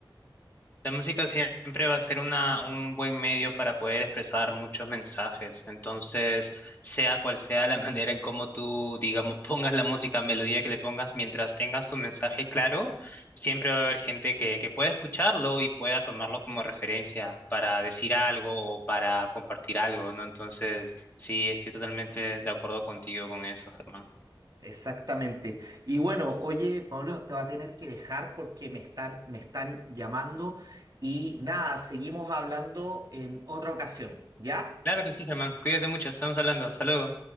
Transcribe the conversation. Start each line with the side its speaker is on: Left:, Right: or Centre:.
Left: La música siempre va a ser una, un buen medio para poder expresar muchos mensajes. Entonces, sea cual sea la <laughs> manera en cómo tú, digamos, pongas la música, melodía que le pongas, mientras tengas tu mensaje claro, siempre va a haber gente que, que pueda escucharlo y pueda tomarlo como referencia para decir algo o para compartir algo, ¿no? Entonces, sí, estoy totalmente de acuerdo contigo con eso, Germán.
Right: Exactamente. Y bueno, oye, Pablo, te va a tener que dejar porque me están, me están llamando y nada, seguimos hablando en otra ocasión, ¿ya?
Left: Claro que sí, Germán. Cuídate mucho. Estamos hablando. Hasta luego.